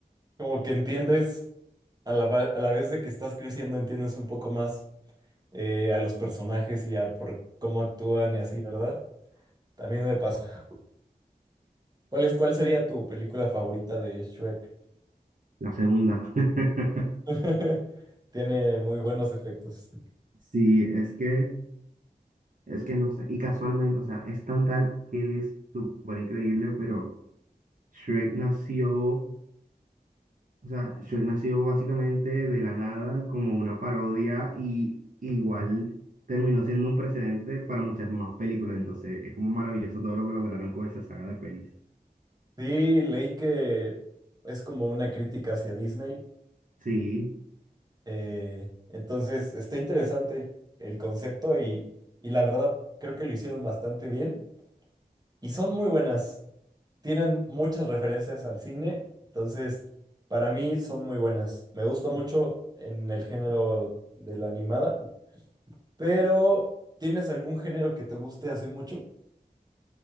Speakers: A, on the right (about 25°); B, on the right (about 55°).
A: Como que entiendes, a la, va- a la vez de que estás creciendo, entiendes un poco más eh, a los personajes y a por cómo actúan y así, ¿verdad? También me pasa. ¿Cuál es, cuál sería tu película favorita de Shrek?
B: La segunda. <laughs>
A: <laughs> Tiene muy buenos efectos.
B: Sí, es que, es que no sé. Y casualmente, o sea, es tan tal que es súper increíble, pero Shrek nació. O sea, Shrek nació básicamente de la nada como una parodia y igual terminó siendo un precedente para muchas más películas. Entonces, es como maravilloso todo lo que lograron con esa saga de pelis.
A: Sí, leí que es como una crítica hacia Disney
B: Sí,
A: Eh, entonces, está interesante el concepto y, y la verdad creo que lo hicieron bastante bien y son muy buenas. Tienen muchas referencias al cine, entonces para mí son muy buenas. Me gusta mucho en el género de la animada, pero ¿tienes algún género que te guste así mucho?